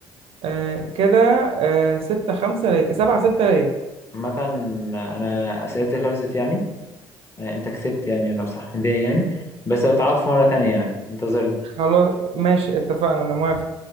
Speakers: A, on the right; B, on the left.
A: آه كده آه ستة خمسة ليا سبعة ستة ليا
B: عامة أنا أسئلتي خلصت يعني آه، أنت كسبت يعني أنا بصراحة متضايق يعني بس لو تعاد في مرة تانية يعني انتظرني
A: خلاص ماشي اتفقنا أنا موافق